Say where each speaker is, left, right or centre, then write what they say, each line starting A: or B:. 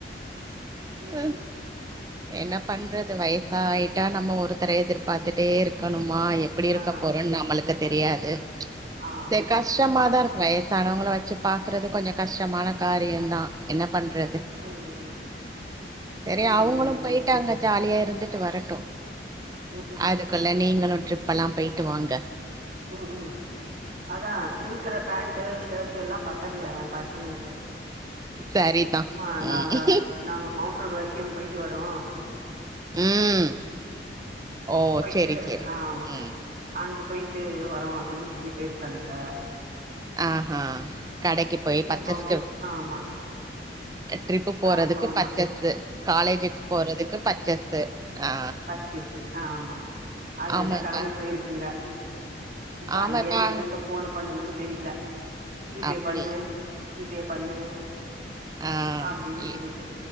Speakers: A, on the right; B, on the right.
A: ம்
B: ஹே
A: ம்
B: என்ன பண்றது வயசாயிட்டா நம்ம ஒருத்தர எதிர்பார்த்துட்டே இருக்கணுமா எப்பிடி இருக்கபோறோன்னு
A: ஆ
B: நம்மளுக்கு தெரியாது
A: ஆ
B: தெற்கா கஷ்டமா
A: ஆ
B: தா இருக்கு வயசானவங்கள வச்சு பாக்குறது கொஞ்சம் கஷ்டமான காரியந் தா என்ன பண்றது
A: ம் ம்
B: செரி
A: ம்
B: அவங்களு
A: ம்
B: போயிட்டாங்க ஜாலியா இருந்துட்டு வரட்டு
A: ம் ஹும்
B: அதுக்குள்ள நீங்களு ட்ரிப்ல்லா போயிட்டு வாங்க
A: ம் ம் அதா இருக்கிற பேண்ட் ஷர்ட் எல்லா பத்தலையா என் பசங்களுக்கு
B: சரிதான்
A: மா
B: ம்
A: நாங்க நாங்க மவுண்ட் ரோடு வரைக்கு போயிட்டு வரோ
B: ம் ஓ
A: போயிட்டு
B: சரி சரி
A: ஆமா
B: ம்
A: அங்க போயிட்டு வரோ அப்டின்னு சொல்லி பேயிருக்கானுங்க
B: ஆ ஹா கடைக்கு போயி
A: சேரி
B: பச்சஸ்க்கு
A: போங்க ஆமா
B: ட்ரிப்பு போறதுக்கு
A: ஆமா ஆமா
B: பச்சஸ்சு காலேஜுக்கு போறதுக்கு பச்சஸ்சு ஆ
A: பர்சேஸ்சு ஆமா அது
B: ஆமாப்பா
A: ரெண்டுங் கெளம்மி போயிருக்குங்க இப்ப
B: ஆமாப்பா
A: அங்கேருந்து என்னத்த போனு பண்ணுங்கன்னு தெரியில ஜிபே
B: அப்படியா
A: பண்ணு ஜிபே பண்ணு
B: ஆ
A: அப்டின்னு
B: ஈ
A: சொல்லிட்டு